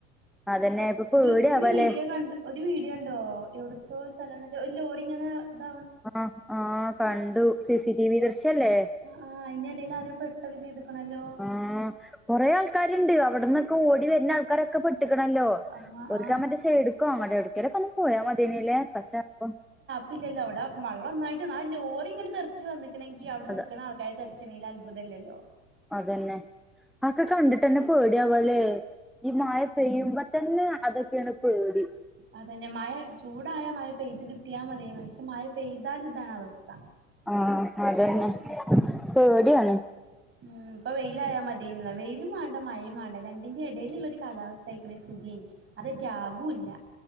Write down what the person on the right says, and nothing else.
ഒരു ഒരു വീഡിയോ കണ്ട ഒരു വീഡിയോ ഉണ്ടോ എവിടത്തോ സ്ഥലം ലോഓടി ഇങ്ങനെ ഇത
ആ് അതിന്റെറെടയിൽ ആര പെട്ടൊക്കെ ചെയ്തുക്കണല്ലോ.
ആഹ്
ആഹ്
അപ്പല്ലോ അവിടെ വെള്ളംന്നായിട്ട് ആ ലോറി ഇങ്ങട്ട തെറിച്ച് വന്നിണമെങ്കിൽ അവിടെ
നിിക്കണക്ക കൈ തറച്ചണയിൽ അത്ഭുതമല്ലല്ലോ.
അതന്നെ മഴ ചൂടായ മഴ പെയ്ത് കിട്ടിയാൽ മതിേ പക്ഷെ മഴ പെയ്താൽ ഇതാണ് അവസ്ഥ.
ഉ ഇപ്പൊ വെയിലായാ മതിന്ന വെയിലും വേണ്ട മഴയും വേണ്ട രണ്ടിന്റെ ഇടയിലുള്ളരു കാലാവസ്ഥ. കഴിക്കണ സുഖൻ അതൊക്കെ ആകൂല്ല.